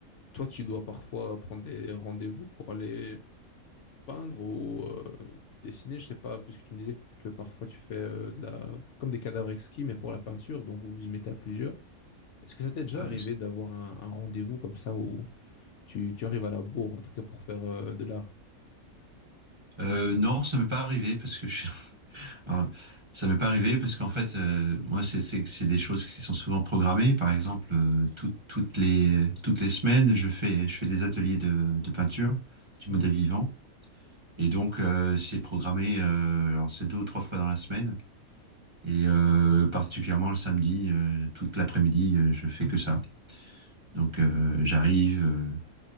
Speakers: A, on the left; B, on the right.
A: toi, tu dois parfois prendre des rendez-vous pour aller peindre ou euh, dessiner. Je sais pas, puisque tu me disais que parfois tu fais euh, de la... comme des cadavres exquis, mais pour la peinture. Donc, vous vous y mettez à plusieurs. Est-ce que ça t'est déjà
B: Euh,
A: arrivé d'avoir un, un rendez-vous comme ça où tu, tu arrives à la bourre, en tout cas pour faire euh, de l'art?
B: euh, non, ça m'est pas arrivé parce que je... <laughs> Alors, ça m'est pas arrivé parce qu'en fait, euh, moi, c'est c'est- c'est des choses qui sont souvent programmées. Par exemple, euh, tout- toutes les, toutes les semaines, je fais, je fais des ateliers de, de peinture du
A: Hmm,
B: modèle vivant. Et donc, euh, c'est programmé, euh, alors c'est deux ou trois fois dans la semaine. Et euh, particulièrement le samedi, euh, toute l'après-midi, euh, je fais que ça. Donc, euh, j'arrive. euh,